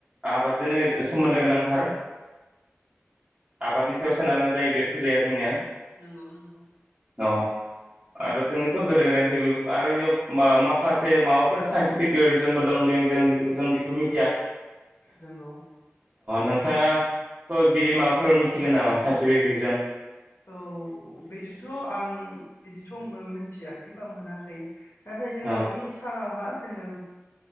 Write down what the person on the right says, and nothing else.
आबादजोंनो सोमोन्दो गोनांथार। आबादनि सायाव सोनारनाय जायो बे फुजाया जोंनिया।
अ आरो जोंनिथ' गोदो गोदायनिफ्रायबो आरो इयाव। माखासे माबाफोर साइन्टिफिक रिजनबो दं बे मिथिया
नोंथाङा' बिदि माबाफोर मिथिगोन नामा? Specific reason.
अ